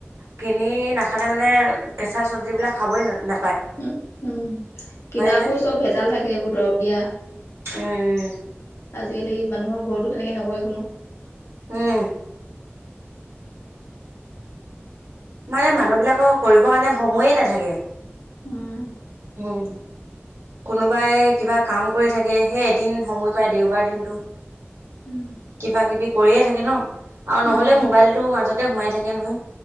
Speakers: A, on the right (about 75°); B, on the left (about 70°).
A: কিনি নাখালে মানে কেঁচা চব্জিবিলাক খাবই ন ন
B: উ উম কিনাবোৰ
A: যে
B: চব ভেজাল থাকে এইবোৰ দৰব দিয়া
A: উম
B: আজিকালি মানুহৰ ঘৰতো তেনেকে নকৰে কোনো
A: উম মানে মানুহবিলাকৰ কৰিবৰ কাৰণে সময়ে নাথাকে
B: উম,
A: হম। কোনোবাই কিবা কাম কৰি থাকে সেই এদিন সময় পায় দেওবাৰ দিনটো
B: উম,
A: কিবা কিবি কৰিয়ে থাকে ন আৰু নহলে
B: উম,
A: মোবাইলটো মাজতে সোমাই থাকে নহয়।